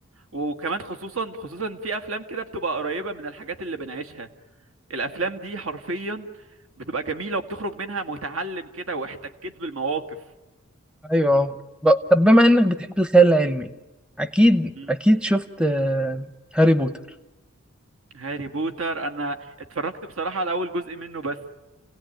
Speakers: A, on the right; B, in the centre.
A: وكمان خصوصا خصوصا في افلام كده بتبقى قريبه من الحاجات اللي بنعيشها الافلام دي حرفيا بتبقى جميله وبتخرج منها متعلم كده واحتكيت بالمواقف
B: ايوه ب- طب بما انك بتحب الخيال العلمي اكيد
A: مم.
B: اكيد شفت آه، هاري بوتر
A: هاري بوتر انا اتفرجت بصراحه على اول جزء منه بس